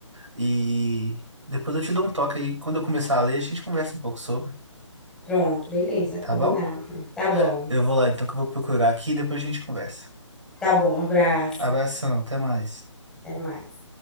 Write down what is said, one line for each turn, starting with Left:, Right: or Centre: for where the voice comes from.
Right: e depois eu te dou um toque aí. Quando eu começar a ler, a gente conversa um pouco sobre,
Centre: pronto, beleza,
Right: tá
Centre: combinado.
Right: bom?
Centre: Tá bom,
Right: Eu vou lá então, que eu vou procurar aqui e depois a gente conversa.
Centre: tá bom, abraço,
Right: Abração, até mais.
Centre: até mais.